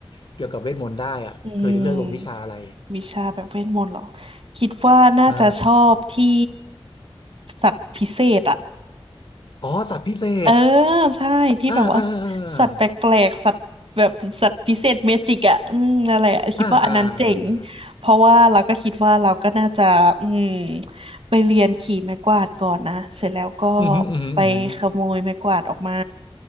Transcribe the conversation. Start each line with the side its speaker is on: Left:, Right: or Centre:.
Left: เกี่ยวกับเวทมนต์ได้อ่ะเธอจะเลือกลงวิชาอะไร
Right: อืมวิชาแบบเวทมนต์เหรอคิดว่าน่าจะชอบที่
Left: ใช่
Right: สัตว์พิเศษอะ
Left: อ๋อสัตว์พิเศษ
Right: เออใช่ที่แบบว่าสสัตว์แปลกๆสัตว์แบบสัตว์พิเศษเมจิกอ่ะอืมนั่นแหละคิดว่าอันนั้นเจ๋ง
Left: อ่าอ่าอ่าอ่าอ่า
Right: เพราะว่าเราก็คิดว่าเราก็น่าจะอืมไปเรียนขี่ไม้กวาดก่อนนะเสร็จแล้วก็
Left: อืมอืมอืม
Right: ไปขโมยไม้กวาดออกมา